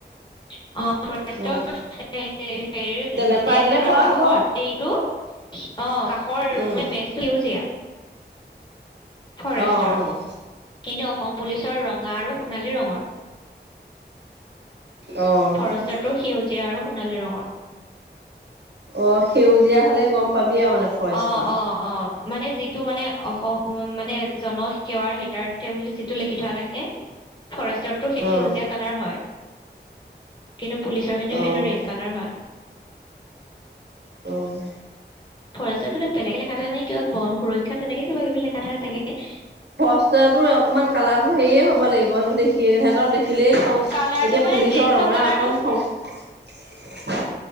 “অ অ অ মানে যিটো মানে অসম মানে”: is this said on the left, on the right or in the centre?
Left